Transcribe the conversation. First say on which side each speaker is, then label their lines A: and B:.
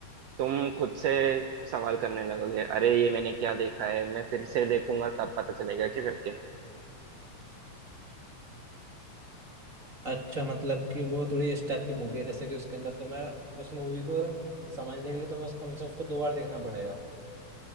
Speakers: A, on the right; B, on the right.
A: तुम खुद से सवाल करने लगोगे अरे ये मैंने क्या देखा है मैं फिर से देखूंगा तब पता चलेगा क्या करके
B: अच्छा मतलब कि वो थोड़ी इस टाइप की मूवी है जैसे कि उसके अंदर तो मैं उस मूवी को समझने के लिए तो मैं उसको कम से कम उसको दो बार देखना पड़ेगा